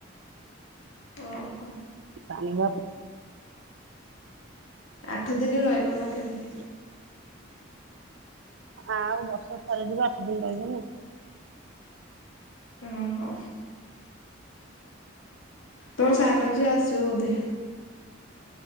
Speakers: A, on the left; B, on the right.
A: ଓହୋ।
B: ପାଣି ବୁହା ପୂ
A: ଆଠ ଦିନ ରହିବ ନା କେଦିନ?
B: ସେ <unintelligible> ଆଉ ବର୍ଷ କେ ଥରେ ଯିବୁ ଆଠ ଦିନି ରହିବୁନି?
A: ଓହୋ ତ ସାନ ଝିଅ ଆସିବ ବୋଧେ?